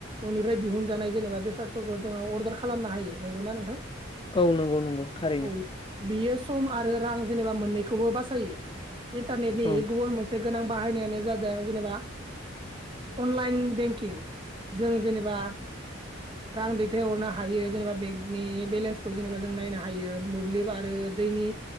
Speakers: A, on the right; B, on the left.
A: ननिफ्राय दिहुनजानाय जेनेबा बेसादफोरखौ जोङो अर्दार खालामनो हायो नंगौना नोंथां?
B: औ नोंगौ नोंगौ थारैनो।
A: औ बियो सम आरो रां जेनेबा मोननैखौबो बासायो। इन्टारनेटनि
B: औ
A: गुबुन मोनसे गोनां बाहायनायानो जादों जेनेबा अनलाइन बेंकिं जों जेनेबा रां दैथायहरनो हायो जेनेबा बेंकनि बेलेन्सखौ जेनेबा जों नायनो हायो मोब्लिब आरो दैनि